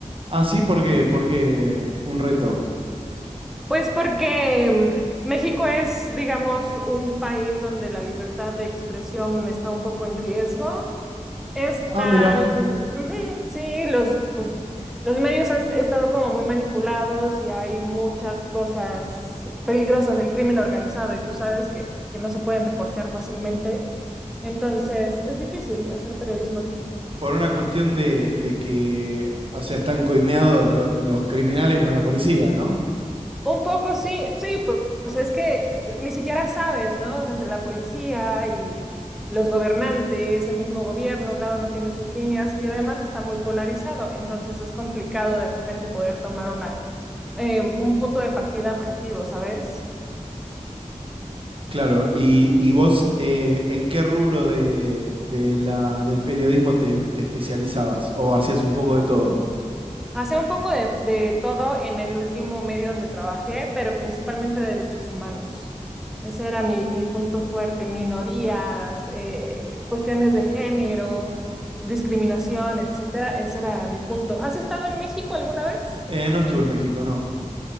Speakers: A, on the right; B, in the centre.
A: Ah, sí, ¿por qué? Porque un reto.
B: Pues porque mm, México es, digamos, un país donde la libertad de expresión está un poco en riesgo. Están,
A: Ah, mira,
B: ujú, sí, los, pues, los medios han estado como muy manipulados y hay muchas cosas peligrosas del crimen organizado y tú sabes que, que no se pueden reportear fácilmente. Entonces, es difícil hacer periodismo aquí.
A: por una cuestión de, de que, o sea, están coimeados lo- los criminales con la policía, ¿no?
B: Un poco sí, sí, pu- pues es que eh, ni siquiera sabes, ¿no? O sea, entre la policía y los gobernantes, el mismo gobierno, cada uno tiene sus líneas y además está muy polarizado, entonces es complicado de repente poder tomar una, eh, un punto de partida objetivo, ¿sabes?
A: Claro, y, y vos, eh, ¿en qué rubro de, de la, del periodismo te, te especializabas? ¿O hacías un poco de todo?
B: Hacía un poco de, de todo en el último medio donde trabajé, pero principalmente de derechos humanos. Ese era mi, mi punto fuerte, minorías, eh, cuestiones de género, discriminación, etcétera. Ese era mi punto. ¿Has estado en México alguna vez?
A: Eh, no estuve en México, no.